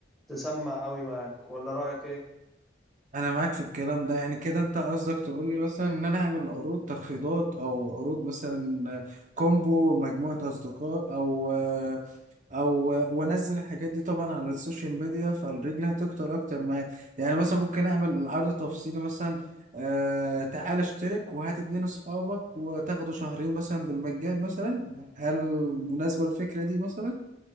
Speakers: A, in the centre; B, on the right.
A: تسمع قوي معاك ولا رأيك إيه؟
B: انا معاك في الكلام ده يعني كده انت قصدك تقول لي مثلا ان انا اعمل عروض تخفيضات او عروض مثلا كومبو مجموعة اصدقاء او او وانزل الحاجات دي طبعا على السوشيال ميديا فالرجل هتكتر اكتر معايا يعني مثلا ممكن اعمل عرض تفصيلي مثلا آه تعال اشترك وهات اتنين اصحابك وتاخدوا شهرين مثلا بالمجان مثلا هل مناسبة الفكرة دي مثلا